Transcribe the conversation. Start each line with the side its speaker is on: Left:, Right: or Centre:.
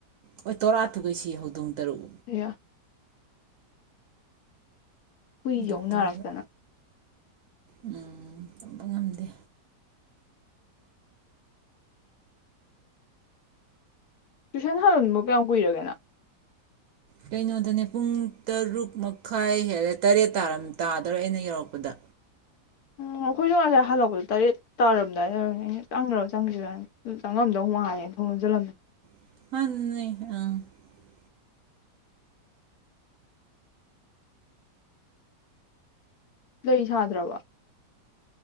Right: ꯑꯣꯏ ꯇꯣꯔꯥ ꯊꯨꯒꯩꯁꯤ ꯍꯧꯗꯣꯡ ꯇꯔꯨꯛ
Left: ꯑꯌꯥ ꯍꯨꯏꯖꯨ
Right: ꯗꯣꯛꯇꯔꯗ
Left: ꯑꯃꯨꯛ ꯅꯥꯔꯛꯇꯅ
Right: ꯎꯝ ꯇꯝꯕ ꯉꯝꯗꯦ
Left: ꯇꯨꯏꯁꯟ ꯍꯟꯕ ꯀꯌꯥꯝ ꯀꯨꯏꯔꯒꯦ ꯅꯪ
Right: ꯀꯩꯅꯣꯗꯅꯦ ꯄꯨꯡ ꯇꯔꯨꯛ ꯃꯈꯥꯏ ꯍꯦꯜꯂꯦ ꯇꯔꯦꯠ ꯇꯥꯗꯧꯔꯦ ꯑꯩꯅ ꯌꯧꯔꯛꯄꯗ
Left: ꯎ ꯑꯩꯈꯣꯏꯁꯨ ꯉꯁꯥꯏ ꯍꯜꯂꯛꯄꯗꯣ ꯇꯔꯦꯠ ꯇꯥꯔꯝꯗꯥꯏꯗ ꯑꯣꯏꯔꯝꯅꯤ ꯑꯩꯅ ꯆꯪꯒ꯭ꯔꯕ ꯆꯪꯗ꯭ꯔꯤꯕꯔꯥꯅ ꯆꯪꯉꯝꯗꯧ ꯃꯥꯜꯂꯦꯅ ꯊꯣꯡ ꯂꯣꯟꯁꯤꯜꯂꯝꯃꯦ
Right: <unintelligible>
Left: ꯀꯩ ꯁꯥꯗ꯭ꯔꯕꯣ